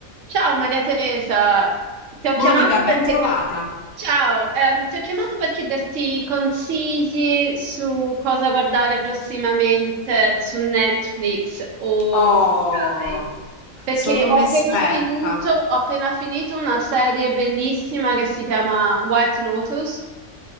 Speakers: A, on the right; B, on the left.
A: Ciao Maria Teresa, ti ho
B: Monica,
A: chiamato
B: ben
A: per
B: trovata.
A: chieder- Ciao, ehm, ti ho chiamato per chiederti consigli su cosa guardare prossimamente su Netflix o
B: Oh,
A: Sky, perché
B: sono
A: ho
B: un'esperta.
A: appena finito, ho appena finito una serie bellissima che si chiama White Lotus